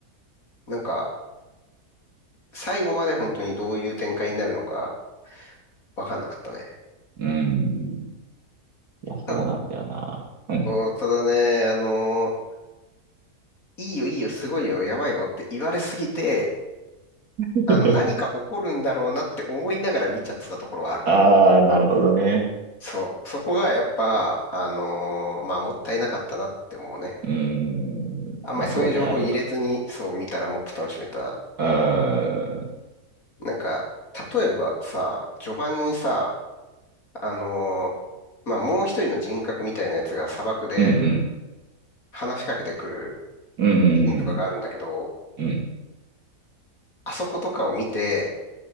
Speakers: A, on the left (about 65°); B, on the right (about 80°).
A: う。なんか、最後まで本当にどういう展開になるのか分かんなかったね。
B: うん。いや、
A: た、
B: そうなんだよな。うん。
A: そう、ただね、あの、いいよいいよ、すごいよ、やばいよって言われすぎて、
B: <laughs>
A: あの、何か起こるんだろうなって思いながら見ちゃってたところはある。
B: ああ、なるほどね。
A: そう。そこがやっぱ、あのーまあ、もったいなかったなって思うね。
B: うん。
A: あんまりそういう情報入れずに、
B: まあそうね、あれは。
A: そう見たらもっと楽しめた
B: うーん。
A: なんか、例えばさ、序盤にさ、あのーまあ、もう一人の人格みたいなやつが砂漠で
B: うんうん
A: 話しかけてくる
B: うん
A: シーンとかがあるんだけど、
B: うん
A: あそことかを見て、